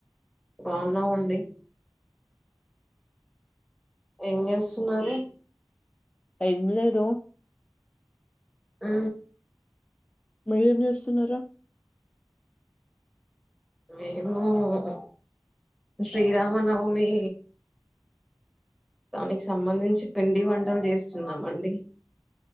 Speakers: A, in the centre; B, on the left.
A: బావున్నామండి ఏం చేస్తున్నారు
B: టైం లేదో
A: అ
B: మీరు ఏం చేస్తున్నరు
A: మేము ఆ శ్రీరామనవమి దానికి సంబంధించి పిండి వంటలు చేస్తున్నం అండి